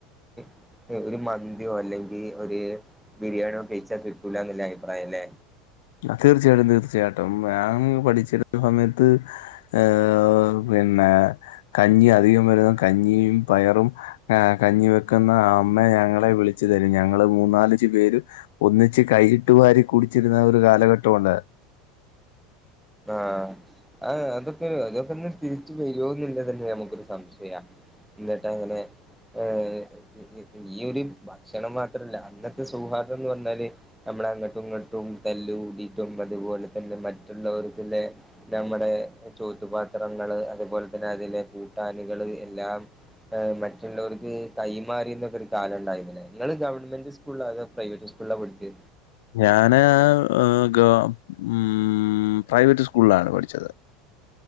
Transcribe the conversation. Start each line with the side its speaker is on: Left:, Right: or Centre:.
Centre: <unintelligible> ഒരു മന്തിയോ അല്ലെങ്കി ഒരു ബിരിയാണിയോ കെയ്ച്ചാ കിട്ടൂലന്നല്ല അഭിപ്രായം അല്ലേ
Left: തീർച്ചയായിട്ടും തീർച്ചയായിട്ടും ഞാൻ പഠിച്ചിരുന്ന സമയത്ത് ഏഹ് പിന്നെ കഞ്ഞി അധികം വരുന്ന കഞ്ഞിയും പയറും ആഹ്‌ കഞ്ഞിവെക്കുന്ന അമ്മ ഞങ്ങളെ വിളിച്ചു തരും ഞങ്ങള് മൂന്നാലപേര് ഒന്നിച്ച് കൈയിട്ടു വാരി കുടിച്ചിരുന്ന ഒരു കാലഘട്ടമുണ്ടായിരുന്നു
Centre: ആഹ് ആ അതൊക്കെ അതൊക്കെ ഒരു തിരിച്ചു വരുമോന്നില്ല തന്നെ നമുക്കൊരു സംശയം എന്നിട്ട് അങ്ങനെ ഏഹ് ഈ ഒരു ഭക്ഷണം മാത്രല്ല അന്നത്തെ സൗഹാർദം എന്ന് പറഞ്ഞാല് നമ്മള അങ്ങോട്ടും ഇങ്ങോട്ടും തല്ല് കൂടിട്ടും അതുപോലെ തന്നെ മറ്റുള്ളവർത്തിലെ നമ്മുടെ ചോറ്റുപാത്രങ്ങള് അതുപോലെ തന്നെ അതിലെ കൂട്ടാനികള് എല്ലാം മറ്റുള്ളവർക്ക് കൈമാറിന്നൊക്കൊരു കാലം ഉണ്ടായിരുന്നില്ലെ നിങ്ങള് ഗവൺമെന്റ് സ് സ്കൂള്ലാകെ പ്രൈവറ്റ്സ്കൂള്ലാ പഠിച്ചേ
Left: ഞാന് ഗ ഉം പ്രൈവറ്റ് സ്കൂളിലാണ് പഠിച്ചത്